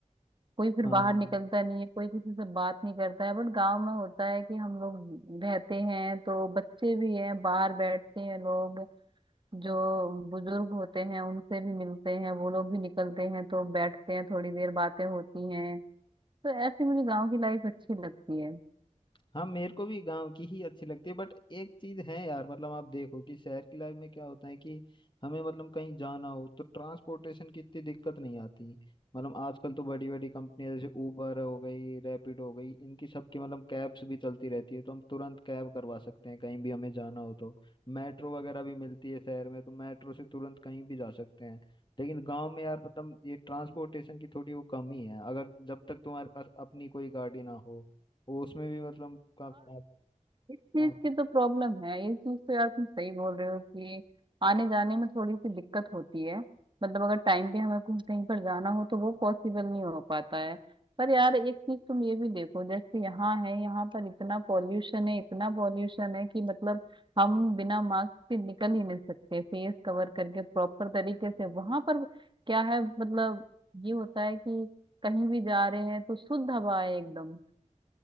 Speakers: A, on the right; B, on the left.
A: कोई फिर
B: हाँ
A: बाहर निकलता नहीं है कोई किसी से बात नहीं करता है बट गांव में होता है कि हम लोग रहते हैं तो बच्चे भी हैं बाहर बैठते हैं लोग जो बुजुर्ग होते हैं उनसे भी मिलते हैं वो लोग भी निकलते हैं तो बैठते हैं थोड़ी देर बातें होती हैं तो ऐसी मुझे गांव की लाइफ अच्छी लगती है
B: हाँ मेरे को भी गांव की ही अच्छी लगती है बट एक चीज है यार मतलब आप देखो कि शहर की लाइफ में क्या होता है कि हमें मतलब कहीं जाना हो तो ट्रांसपोर्टेशन की इतनी दिक्कत नहीं आती मतलब आजकल तो बड़ी बड़ी कंपनियां जैसे उबर हो गई रैपिड हो गई इनकी सबकी मतलब कैब्स भी चलती रहती है तो हम तुरंत कैब करवा सकते हैं कहीं भी हमें जाना हो तो मेट्रो वगैरह भी मिलती है शहर में तो मेट्रो से तुरंत कहीं भी जा सकते हैं लेकिन गांव में यार मतलब ये ट्रांसपोर्टेशन की थोड़ी वो कमी है अगर जब तक तुम्हारे पास अपनी कोई गाड़ी ना हो वो उसमें भी मतलब का, आप,
A: इस चीज
B: आप
A: की तो प्रॉब्लम है ये चीज तो यार तुम सही बोल रहे हो कि आने जाने में थोड़ी सी दिक्कत होती है मतलब अगर टाइम पे हमें कुछ कहीं पर जाना हो तो वो पॉसिबल नहीं हो पाता है पर यार एक चीज तुम ये भी देखो जैसे यहाँ है यहाँ पर इतना पॉल्यूशन है इतना पॉल्यूशन है कि मतलब हम बिना मास्क के निकल ही नहीं सकते फेस कवर करके प्रॉपर तरीके से वहां पर क्या है मतलब ये होता है कि कहीं भी जा रहे हैं तो शुद्ध हवा है एकदम